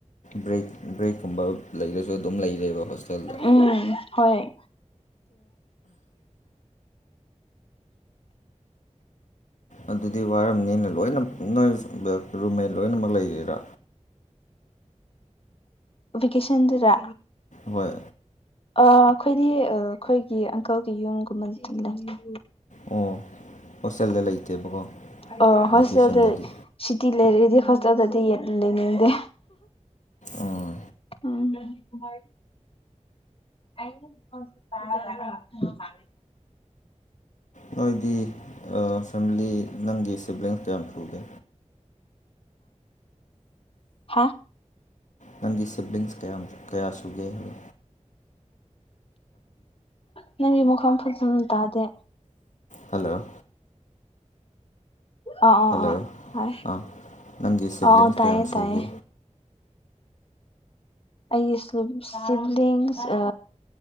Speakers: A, on the left; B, on the left.
A: ꯕ꯭ꯔꯦꯛ ꯕ꯭ꯔꯦꯛꯀꯨꯝꯕ ꯂꯩꯔꯁꯨ ꯑꯗꯨꯝ ꯂꯩꯔꯦꯕ ꯍꯣꯁꯇꯦꯜꯗ
B: ꯎꯝ ꯍꯣꯏ
A: ꯑꯗꯨꯗꯤ ꯋꯥꯔꯝꯅꯤꯅ ꯂꯣꯏꯅꯃꯛ ꯅꯣꯏ ꯔꯨꯝꯃꯦꯠ ꯂꯣꯏꯅꯃꯛ ꯂꯩꯔꯤꯔꯥ
B: ꯕꯦꯀꯦꯁꯟꯗꯔꯥ
A: ꯍꯣꯏ
B: ꯑ ꯑꯩꯈꯣꯏꯗꯤ ꯑꯩꯈꯣꯏꯒꯤ ꯑꯪꯀꯜꯒꯤ ꯌꯨꯝꯒꯨꯝꯕ ꯂꯩ
A: ꯑꯣ ꯍꯣꯁꯇꯦꯜꯗ ꯂꯩꯇꯦꯕꯀꯣ
B: ꯑꯣ ꯍꯣꯁꯄꯤꯇꯥꯜꯗ
A: ꯚꯦꯀꯦꯁꯟꯗꯗꯤ
B: ꯁꯤꯇꯤ ꯂꯩꯔꯗꯤ ꯍꯣꯁꯄꯤꯇꯥꯜꯗꯗꯤ ꯌꯦ ꯂꯩꯅꯤꯡꯗꯦ
A: ꯑꯥ
B: ꯎꯝ <unintelligible> <unintelligible>
A: ꯅꯣꯏꯗꯤ ꯐꯦꯃꯤꯂꯤ ꯅꯪꯒꯤ ꯁꯤꯕ꯭ꯂꯤꯡꯁ ꯀꯌꯥꯝ ꯊꯨꯒꯦ
B: ꯍꯥꯥ
A: ꯅꯪꯒꯤ ꯁꯤꯕꯂꯤꯡꯁ ꯀꯌꯥ ꯀꯌꯥ ꯁꯨꯒꯦ ꯍꯥꯏ
B: ꯅꯪꯒꯤ ꯃꯐꯝ ꯐꯖꯅ ꯇꯥꯗꯦ
A: ꯍꯜꯂꯣ
B: ꯑ ꯑꯣ
A: ꯍꯜꯂꯣ
B: ꯑ ꯍ
A: ꯑꯥ ꯅꯪꯒꯤ ꯁꯤꯕ꯭ꯂꯤꯡꯁ
B: ꯑ ꯑꯣ ꯇꯥꯏꯌꯦ
A: ꯀꯌꯥꯝ ꯁꯨꯒꯦ
B: ꯇꯥꯏꯌꯦ ꯑꯩ ꯁꯤꯕꯂꯤꯡꯁ